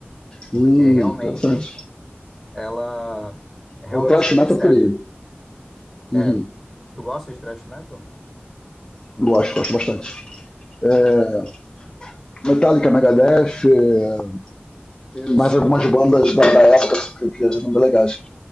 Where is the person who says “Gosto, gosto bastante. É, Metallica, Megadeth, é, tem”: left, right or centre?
Left